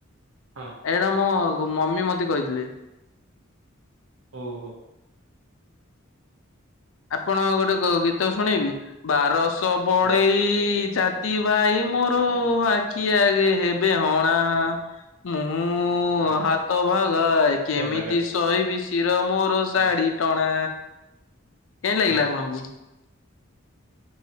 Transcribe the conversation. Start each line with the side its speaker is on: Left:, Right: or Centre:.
Right: ହୁଁ
Left: ଏଇଟା ମୋ ମମି ମତେ କହିଥିଲେ।
Right: ହୋଉ ହୋଉ।
Left: ଆପଣ ଗୋଟେ ଗୋଟେ ଗୀତ ଶୁଣେଇବି ବାରସ ବଡେଇ
Right: ହଁ
Left: ଚା <unintelligible> ଭାଇ ମୋର ଆଖି ଆଗେ ହେବେ ହଣା। ମୁଁ
Right: ହଁ
Left: ହାତ ଭାଗା କେମିତି
Right: ହେଲା ହେଲା
Left: ଶହିବି ଶିର ମୋର ସା
Right: ହଁ
Left: ଶାଢୀ ଟଣା। କେମତି ଲାଗିଲା
Right: ହଁ
Left: ଆପଣଙ୍କୁ?